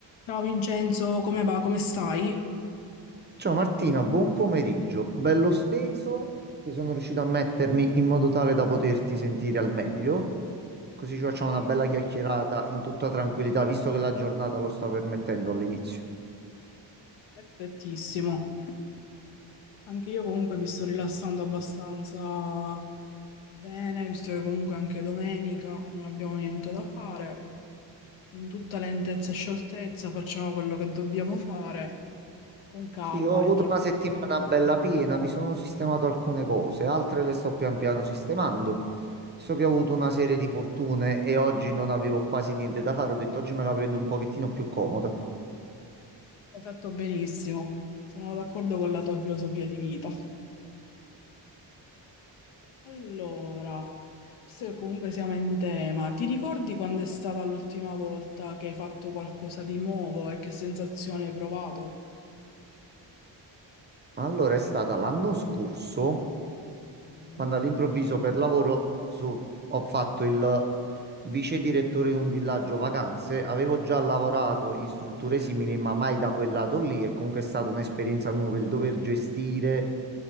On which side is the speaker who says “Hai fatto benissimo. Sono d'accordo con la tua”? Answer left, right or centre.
Left